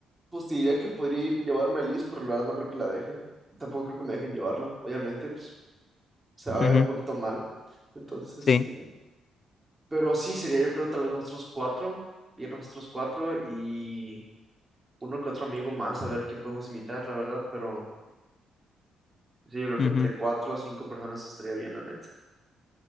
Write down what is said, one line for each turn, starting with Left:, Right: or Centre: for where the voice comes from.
Right: Pues te diría que podría ir- llevarme a Liz, pero la verdad no creo que la dejen. Tampoco creo que me dejen llevarla. Obviamente, pues, se va
Left: ujú,
Right: a ver un poquito mal. Entonces, este.
Left: sí.
Right: Pero sí, sería yo creo tal vez nosotros cuatro. Ir nosotros cuatro y uno que otro amigo más a ver quién podemos invitar, la verdad. Pero sí, yo creo que
Left: ujú.
Right: entre cuatro o cinco personas estaría bien, la neta.